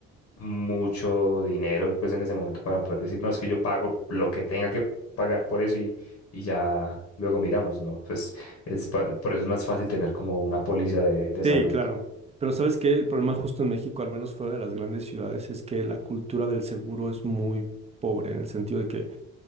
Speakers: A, on the left; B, on the right.
A: mucho dinero, pues en ese momento para poder decir, no, es que yo pago lo que tenga que pagar por eso y, y ya luego miramos, ¿no? Pues es, pa- por eso es más fácil tener como una póliza de, de
B: Sí,
A: salud.
B: claro. Pero sabes que el problema justo en México, al menos fuera de las grandes ciudades, es que la cultura del seguro es muy pobre, en el sentido de que